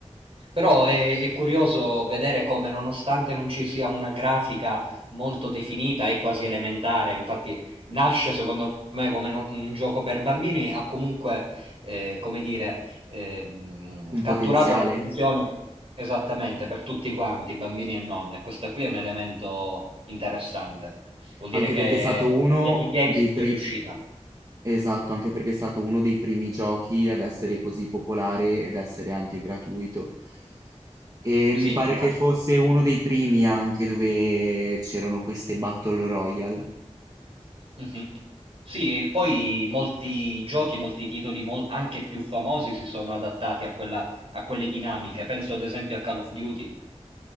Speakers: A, on the right (about 55°); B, on the right (about 30°).
A: Però è, è curioso vedere come, nonostante non ci sia una grafica molto definita, è quasi elementare. Infatti, nasce secondo me come no- un gioco per bambini, ha comunque, eh, come dire, ehm,
B: un
A: catturato
B: potenziale.
A: l'attenzione esattamente per tutti quanti, bambini e nonne. Questo qui è un elemento interessante. Vuol dire
B: Anche
A: che
B: perché è stato uno
A: Epic Games
B: dei
A: è
B: pri-
A: riuscita.
B: Esatto, anche perché è stato uno dei primi giochi ad essere così popolare ed essere anche gratuito. E
A: Sì,
B: mi pare
A: infatti.
B: che fosse uno dei primi anche dove c'erano queste Battle Royale.
A: Mh-mh. Sì, e poi molti giochi, molti titoli mol anche più famosi si sono adattati a quella a quelle dinamiche. Penso ad esempio a Call of Duty,